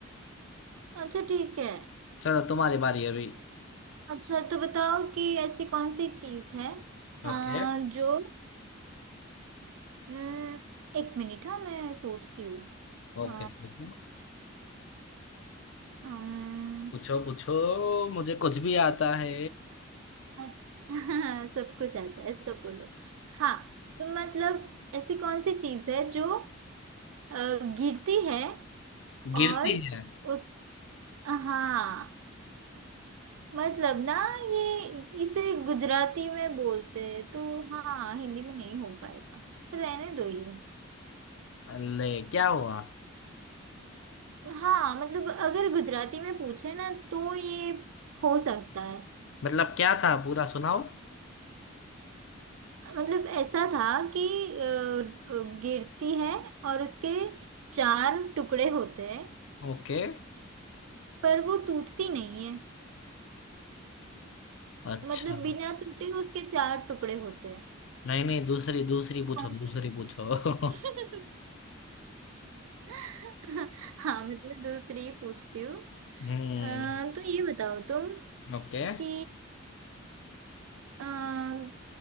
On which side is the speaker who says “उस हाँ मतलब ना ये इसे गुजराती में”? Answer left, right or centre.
Right